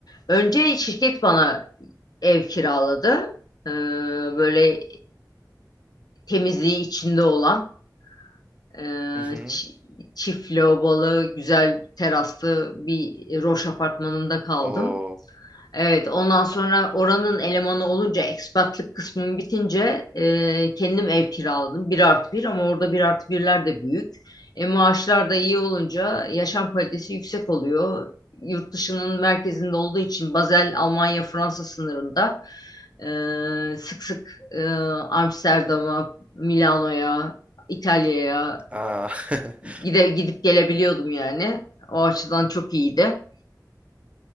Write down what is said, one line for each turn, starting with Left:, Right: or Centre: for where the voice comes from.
Left: Önce şirket bana ev kiraladı. Ee, böyle temizliği içinde olan e,
Right: Hı hı.
Left: çi- çift lavabolu, güzel teraslı bir Roş apartmanında kaldım.
Right: Oo.
Left: Evet, ondan sonra oranın elemanı olunca ekspatlık kısmım bitince e, kendim ev kiraladım. Bir artı bir ama orada bir artı birler de büyük. E, maaşlar da iyi olunca yaşam kalitesi yüksek oluyor. Yurt dışının merkezinde olduğu için Basel, Almanya, Fransa sınırında e, sık sık e, Amsterdam'a, Milano'ya, İtalya'ya
Right: Aa. <laughs>
Left: gide, gidip gelebiliyordum yani. O açıdan çok iyiydi.